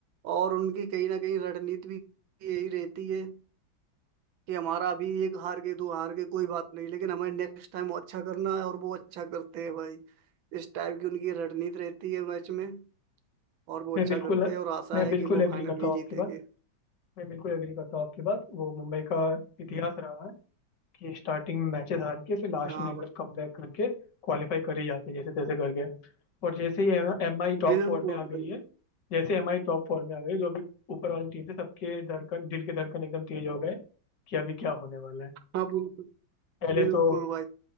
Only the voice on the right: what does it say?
और उनकी कहीं ना कहीं रणनीति भी यही रहती है कि हमारा अभी एक हार गए तो हार गए कोई बात नहीं लेकिन हमें नेक्स्ट टाइम अच्छा करना है और वो अच्छा करते हैं भाई इस टाइप की उनकी रणनीति रहती है मैच में और वो
अच्छा
करते हैं और आशा
है
कि वो
फाइनल
भी
जीतेंगे
हम्म।
हाँ
भाई
बिल्कुल
भाई
हाँ बिल्कुल
बिल्कुल
भाई